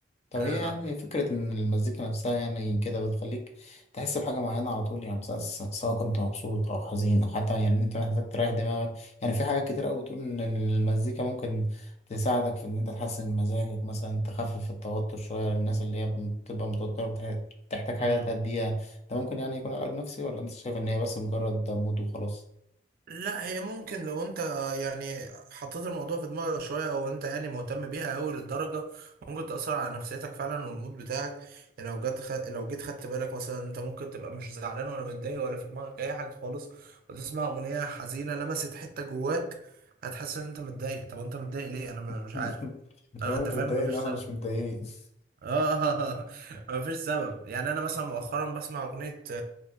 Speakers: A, on the left; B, on the right.
A: طب
B: أنا-
A: هي يعني فكرة إن المزيكا نفسها يعني كده بتخليك تحس بحاجة معينة على طول يعني مثلا س- سواء كنت مبسوط أو حزين أو حتى يعني أنت محتاج تريح
B: مم.
A: دماغك يعني في حاجات كتير أوي بتقول إن المزيكا ممكن تساعدك في إن أنت تحسن مزاجك مثلا تخفف التوتر شوية للناس اللي هي بتبقى متوترة بتح- بتحتاج حاجة
B: مم.
A: تهديها ده ممكن يعني يكون علاج نفسي ولا أنت شايف إن هي بس مجرد مود وخلاص؟
B: لا هي ممكن لو انت يعني حطيت الموضوع في دماغك شوية او انت يعني مهتم بيها قوي للدرجة ممكن تأثر على نفسيتك فعلا والمود بتاعك يعني لو جد خ... لو جيت خدت بالك مثلا انت ممكن تبقى مش زعلان ولا متضايق ولا في دماغك اي حاجة خالص وتسمع اغنية حزينة لمست حتة جواك هتحس ان انت متضايق طب انت متضايق ليه انا م-
A: <laughs>
B: مش عارف اه
A: لو
B: انت
A: أنت
B: فاهم
A: متضايق
B: مفيش
A: إن إحنا
B: سبب
A: مش متضايقين <laughs>
B: اه <laughs> مفيش سبب يعني انا مثلا مؤخرا بسمع اغنية